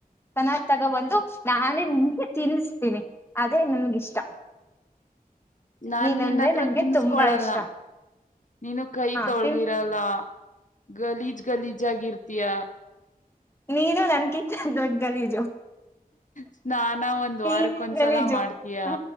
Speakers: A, on the left; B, on the left.
A: ಚೆನ್ನಾಗ ತಗೋ ಬಂದು ನಾನೇ ನಿಮ್ಗೆ ತಿನ್ನಿಸ್ತೀನಿ ಅದೇ ನನ್ಗಿಷ್ಟ <inaudible>
B: ನಾನ್
A: ನೀನಂದ್ರೆ
B: ನಿನ್ನಹತ್ರ
A: ನಂಗೆ
B: ತಿನ್ಸ್ಕೊಳಲ್ಲ
A: ತುಂಬಾ ಇಷ್ಟ
B: ನೀನು ಕೈ
A: ಹಾ
B: ತೊಳ್ದಿರಲ್ಲ
A: ತಿನ್
B: ಗಲೀಜ್ ಗಲೀಜ್ ಆಗಿರ್ತಯ
A: ನೀನು ನನ್ನಕಿಂತ ದೊಡ್ಡ ಗಲೀಜು
B: ಸ್ನಾನ ಒಂದ್
A: ನೀನೇ
B: ವಾರಕ್ಕೊಂದ್ಸಲ
A: ಗಲೀಜು
B: ಮಾಡ್ತೀಯ
A: ಹ